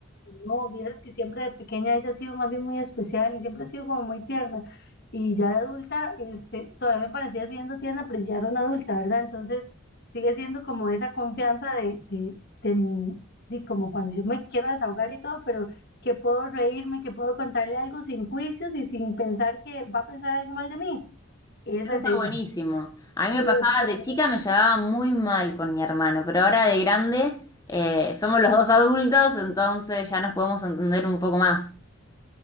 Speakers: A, on the left; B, on the left.
A: no, vieras que siempre de pequeña ella ha sido más bien muy especial y siempre ha sido como muy tierna. Y ya de adulta, este, todavía me parecía siendo tierna, pero ya era una adulta, ¿verdad? Entonces sigue siendo como esa confianza de, de, de mi, de como cuando yo me quiero desahogar y todo, pero que puedo reírme, que puedo contarle algo sin juicios y sin pensar que va a pensar algo mal de mí. Esa
B: Eso
A: es
B: está
A: ella.
B: buenísimo. A mí
A: Sí,
B: me pasaba
A: eso para
B: de
A: mí.
B: chica, me llevaba muy mal con mi hermano, pero ahora de grande eh, somos los dos adultos, entonces ya nos podemos entender un poco más.